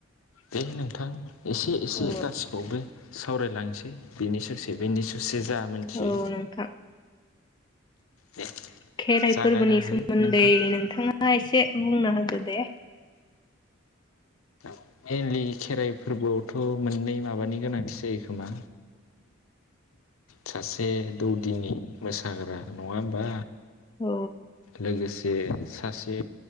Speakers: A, on the left; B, on the left.
A: दे नोंथां एसे एसे
B: औ
A: गासिबखौबो सावरायलांसै बेनि ससे बेनि ससे जा मोनथियो
B: औ नोंथां
A: दे
B: खेराइ
A: जागायना
B: फोरबोनि
A: हो
B: सोमोन्दै
A: नोंथां
B: नोंथाङा एसे बुंना होदो दे
A: मेनलि खेराइ फोरबोआवथ' मोननै माबानि गोनांथि जायो खोमा सासे दौदिनि मोसाग्रा नङा होमबा
B: औ
A: लोगोसे सासे